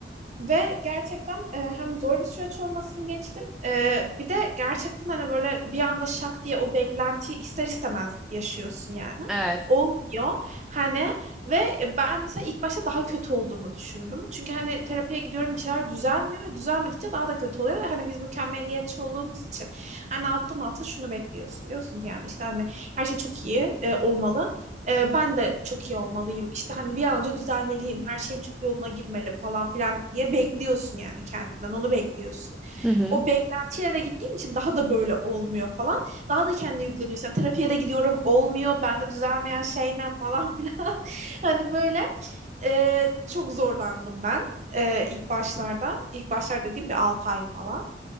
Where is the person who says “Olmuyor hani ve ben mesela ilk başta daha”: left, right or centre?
Right